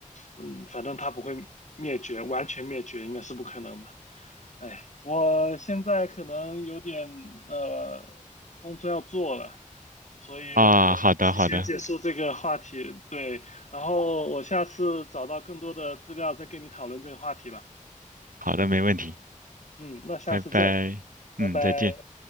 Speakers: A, on the left; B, on the right.
A: 嗯，反正它不会灭绝，完全灭绝应该是不可能的。哎，我现在可能有点呃工作要做了，所以我可能提前结束这个话题。
B: 啊，好的，好的。
A: 对，然后我下次找到更多的资料再跟你讨论这个话题吧。
B: 好的，没问题，
A: 嗯，那下次见，
B: 拜拜，
A: 拜拜。
B: 嗯，再见。